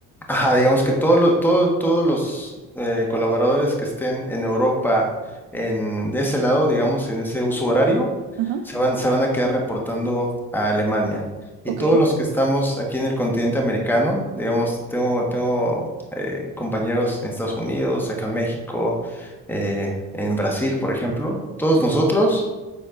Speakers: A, in the centre; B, on the right (about 85°).
A: Ajá, digamos que todo lo- todo- todos los eh, colaboradores que estén en Europa, en, de ese lado, digamos, en ese uso horario,
B: Ajá,
A: se van, se van a quedar reportando a Alemania. Y
B: ok,
A: todos los que estamos aquí en el continente americano, digamos, tengo, tengo eh, compañeros en Estados Unidos, acá en México, eh, en Brasil, por ejemplo, todos
B: sí,
A: nosotros